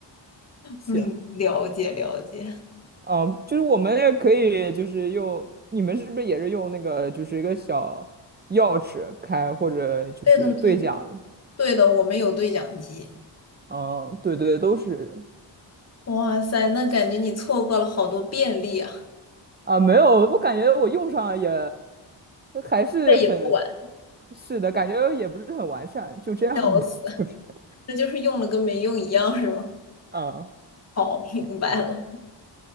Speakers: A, on the right; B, on the left.
A: 行。
B: 嗯，了解了解。
A: 嗯，呃就是我们也可以，就是用你们是不是也是用那个，就是一个小钥匙开，或者就是对讲？
B: 对的对的对的，我们有对讲机。
A: 嗯，对对，都是
B: 哇塞，那感觉你错过了好多便利啊！
A: 啊，没有，我感觉我用上也还是很，
B: 现在也不晚，
A: 是的，感觉也不是很完善，就这样吧，
B: 笑死，
A: 就是，
B: 那就是用了跟没用一样，是吗？
A: 啊，
B: 好，明白了。